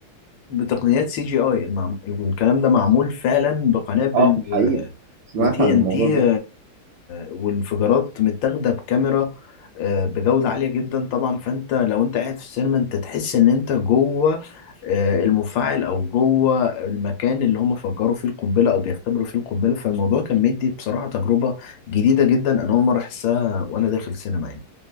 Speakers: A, on the left; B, on the right.
A: بتقنيات سي جي اي الكلام ده معمول فعلا بقنابل
B: اه في الحقيقة سمعت
A: وتي
B: عن
A: ان
B: الموضوع
A: تي
B: ده
A: والانفجارات متاخده بكاميرا آه، بجوده عاليه جدا طبعا فانت لو انت قاعد في السينما انت تحس ان انت جوه آه، المفاعل او جوه المكان اللي هم فجروا فيه القنبله او بيختبروا فيه القنبله فالموضوع كان مدي بصراحه تجربه جديده جدا انا اول مره احسها وانا داخل سينما يعني